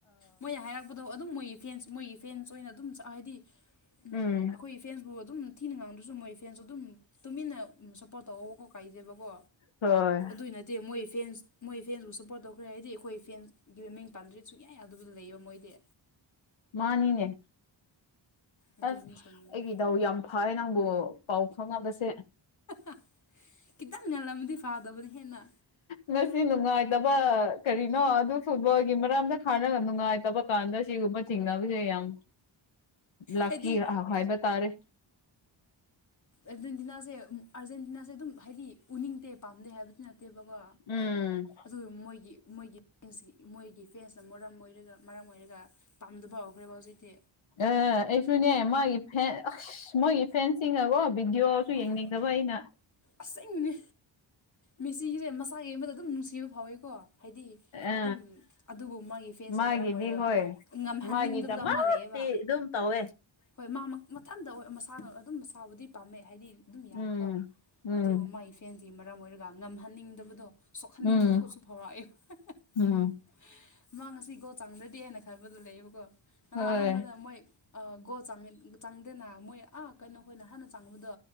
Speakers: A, on the left; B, on the left.
A: ꯃꯣꯏꯅ ꯍꯥꯏꯔꯛꯄꯗꯣ ꯑꯗꯨꯝ ꯃꯣꯏꯒꯤ ꯐꯦꯟꯁ ꯃꯣꯏꯒꯤ ꯐꯦꯟꯁ ꯑꯣꯏꯅ ꯑꯗꯨꯝ ꯍꯥꯏꯗꯤ ꯑꯩꯈꯣꯏ
B: ꯎꯝ
A: ꯐꯦꯟꯁꯄꯨ ꯑꯗꯨꯝ ꯊꯤꯅ ꯉꯥꯡꯗ꯭ꯔꯁꯨ ꯃꯣꯏ ꯐꯦꯟꯁꯨ ꯑꯗꯨꯝ ꯇꯨꯃꯤꯟꯅ ꯁꯞꯄꯣꯔꯠ ꯇꯧꯑꯣꯕꯀꯣ ꯀꯥꯏꯗꯦꯕꯀꯣ
B: ꯍꯣꯏ
A: ꯑꯗꯨꯏ ꯅꯠꯇꯦ ꯃꯣꯏ ꯐꯦꯟꯁ ꯃꯣꯏ ꯐꯦꯟꯁꯄꯨ ꯁꯞꯄꯣꯔꯠ ꯇꯧꯈ꯭ꯔꯦ ꯍꯥꯏꯗꯤ ꯑꯩꯈꯣꯏ ꯐꯦꯟꯁ ꯒꯤ ꯃꯃꯤꯡ ꯄꯥꯟꯗ꯭ꯔꯗꯤ ꯁꯨꯛꯌꯥ ꯌꯥꯗꯕꯗꯨ ꯂꯩꯌꯦ ꯃꯣꯏꯗꯤ
B: ꯃꯥꯅꯤꯅꯦ
A: ꯑꯗꯨꯏꯅꯤ
B: ꯑꯁ
A: ꯁꯥꯎꯅꯤꯡꯉꯤ
B: ꯑꯩꯒꯤ ꯗꯥꯎ ꯌꯥꯝ ꯐꯩ ꯅꯪꯕꯨ ꯄꯥꯎ ꯐꯥꯎꯅꯕꯁꯦ
A: ꯑꯥ ꯈꯤꯇꯪ ꯉꯂꯃꯗꯤ ꯐꯥꯗꯕꯅꯤ ꯍꯦꯟꯅ
B: ꯉꯁꯤ ꯅꯨꯡꯉꯥꯏꯇꯕ ꯀꯔꯤꯅꯣ ꯑꯗꯨ ꯐꯨꯠꯕꯣꯜꯒꯤ ꯃꯔꯝꯗ ꯈꯜꯂꯒ ꯅꯨꯡꯉꯥꯏꯇꯕ ꯀꯥꯟꯗ ꯁꯤꯒꯨꯝꯕ ꯆꯤꯡꯅꯕꯅꯕꯁꯦ ꯌꯥꯝ ꯂꯥꯛꯀꯤ
A: ꯍꯥꯏꯗꯤ
B: ꯍꯥꯏꯕ ꯇꯥꯔꯦ
A: ꯑꯔꯖꯦꯟꯇꯤꯅꯥꯁꯦ ꯑꯥꯔꯖꯦꯟꯇꯤꯅꯥꯁꯦ ꯑꯗꯨꯝ ꯍꯥꯏꯗꯤ ꯎꯅꯤꯡꯗꯦ ꯄꯥꯝꯗꯦ ꯍꯥꯏꯕꯗꯤ ꯅꯠꯇꯦꯕꯀꯣ
B: ꯎꯝ
A: ꯑꯗꯨꯒ ꯃꯣꯏꯒꯤ ꯃꯣꯏꯒꯤ ꯐꯦꯟꯁ ꯃꯣꯏꯒꯤ ꯐ꯭ꯔꯦꯟꯁꯅ ꯃꯔꯝ ꯑꯣꯏꯔꯒ ꯃꯔꯝ ꯑꯣꯏꯔꯒ ꯄꯥꯝꯗꯕ ꯍꯧꯈ꯭ꯔꯦꯕ ꯍꯧꯖꯤꯛꯇꯤ
B: ꯑꯦ ꯑꯩꯁꯨꯅꯦ ꯃꯥꯒꯤ ꯐꯦꯟ ꯑꯁ ꯃꯣꯏꯒꯤ ꯐꯦꯟꯁꯤꯡꯅꯀꯣ ꯚꯤꯗꯤꯑꯣꯁꯨ
A: ꯑꯣ
B: ꯌꯦꯡꯅꯤꯡꯗꯕ ꯋꯥꯏꯅ
A: ꯑꯁꯦꯡꯕꯅꯦ ꯃꯦꯁꯤꯒꯤꯁꯦ ꯃꯁꯥ ꯌꯦꯡꯕꯗ ꯑꯗꯨꯝ ꯅꯨꯡꯁꯤꯕ ꯐꯥꯎꯋꯦꯀꯣ ꯍꯥꯏꯗꯤ
B: ꯑ
A: ꯑꯗꯨꯝ ꯑꯗꯨꯕꯨ ꯃꯥꯒꯤ ꯐꯦꯟꯁꯅ
B: ꯃꯥꯒꯤꯗꯤ
A: ꯃꯔꯝ ꯑꯣꯏꯔꯒ
B: ꯍꯣꯏ
A: ꯉꯝꯍꯟꯅꯤꯡꯗꯕꯗꯣ
B: ꯃꯥꯒꯤꯗꯃꯛꯇꯤ
A: ꯑꯃ ꯂꯩꯑꯦꯕ
B: ꯑꯗꯨꯝ ꯇꯧꯋꯦ
A: ꯍꯣꯏ ꯃꯥ ꯃꯊꯟꯇ ꯃꯁꯥꯅ ꯑꯗꯨꯝ ꯃꯁꯥꯕꯨꯗꯤ ꯄꯥꯝꯃꯦ ꯍꯥꯏꯗꯤ ꯑꯗꯨꯝ ꯌꯥꯏꯀꯣ
B: ꯎꯝ ꯎꯝ
A: ꯑꯗꯨꯕꯨ ꯃꯥꯏ ꯐꯦꯟꯀꯤ ꯃꯔꯝ ꯑꯣꯏꯔꯒ ꯉꯝꯍꯟꯅꯤꯡꯗꯕꯗꯣ ꯁꯣꯛꯍꯟꯅꯤꯡꯕ
B: ꯎꯝ
A: ꯄꯣꯠꯁꯨ ꯐꯥꯎꯔꯛꯑꯦ <unintelligible>
B: ꯎꯝ
A: ꯃꯥ ꯉꯁꯤꯒꯣꯜ ꯆꯟꯗ꯭ꯔꯗꯤ ꯍꯥꯏꯅ ꯊꯕꯗꯨ ꯂꯩꯌꯦꯕꯀꯣ ꯉꯔꯥꯡ
B: ꯍꯣꯏ
A: ꯑꯍꯥꯟꯕꯗ ꯃꯣꯏ ꯒꯣꯜ ꯆꯪꯗꯦꯅ ꯃꯣꯏ ꯑꯥ ꯀꯩꯅꯣ ꯍꯣꯏꯅ ꯍꯥꯟꯅ ꯆꯥꯡꯕꯗꯣ